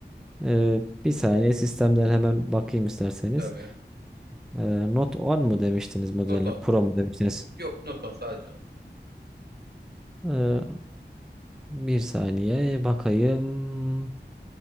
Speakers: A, in the centre; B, on the right.
A: Eee, bir saniye sistemden hemen bakayım isterseniz.
B: Tabii.
A: Eee, Note 10 mu demiştiniz modelle?
B: Noton.
A: Pro mu demiştiniz?
B: Yok Noton sadece Noton.
A: Eee, bir saniye bakayım.